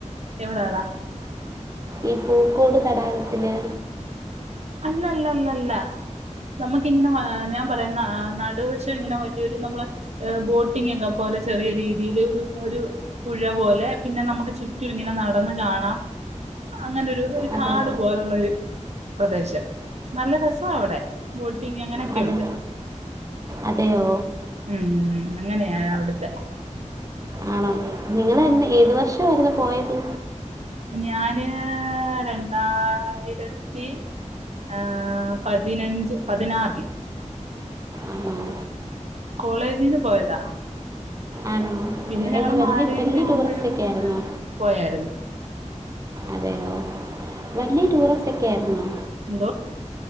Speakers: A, on the right; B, on the right.
A: എവിടെ ട
B: ഈ പൂക്കോട് തടാകത്തില്
A: അല്ലല്ലല്ലല്ല നമുക്ക ഇങ്ങനെ ഞാൻ പറയാ നടുവശം ഇങ്ങനെ വലിയൊരു നമ്മള് ബോട്ടിംഗ ഒക്കെ പോലെ ചെറിയ രീതിയില് ഒരു ഒരു പുഴ പോലെ പിന്നെ നമുക്ക് ചുറ്റും ഇങ്ങനെ നടന്ന് കാണാം അങ്ങനെരു ഒരു
B: അതെ
A: കാട് പോലുള്ള ഒരു പ്രദേശം നല്ല രസം അവിടെ ബോട്ടിങ് അങ്ങനെയൊക്കെ
B: അതെ
A: ഉണ്ട്.
B: അതെയോ
A: ഉം അങ്ങനെയ അവിടുത്തെ
B: ആണോ നിങ്ങള് ഏതു വർഷംമായിരുന്നു പോയത്
A: ഞാന് രണ്ടായിരത്തി ആ പതിനഞ്ച് പതിനാറില്
B: ആഹ്
A: കോളേജിന്ന് പോയതാ
B: ആണോ
A: പിന്നെ ഞങ്ങള്
B: ഏത് വലിയ
A: മാരേജ്
B: വലിയ
A: കഴിഞ്ഞപ്പോഴും
B: ടൂറിസ്റ്റ് ഒക്കെ ആയിരുന്നോ
A: പോയായിരുന്നു
B: അതെയോ വലിയ ടൂറിസ്റ്റ് ഒക്കെ ആയിരുന്നോ
A: എന്തോ